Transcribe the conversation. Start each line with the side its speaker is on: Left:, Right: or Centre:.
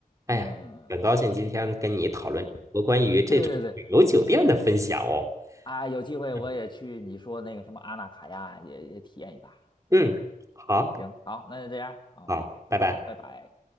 Right: 哎呀，
Left: 嗯，
Right: 很高兴今天跟你讨论这么多关于这种旅游酒店的分享哦。
Left: 对对对，啊，有机会我也去你说那个什么阿纳卡亚也也体验一把。
Right: 嗯嗯，好，
Left: 行，好，那就这样啊，好
Right: 好，拜拜。
Left: 拜拜。